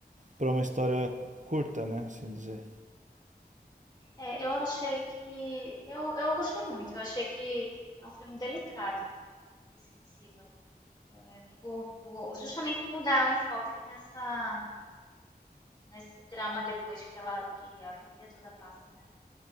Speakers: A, on the right (about 50°); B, on the left (about 25°).
A: para uma história curta, né? Assim dizer.
B: É, eu achei que. Eu, eu gostei muito. Eu achei que é um filme delicado e sensível. É, por- por- justamente por dar um enfoque nessa, nesse drama depois que ela, que a família toda passa, né?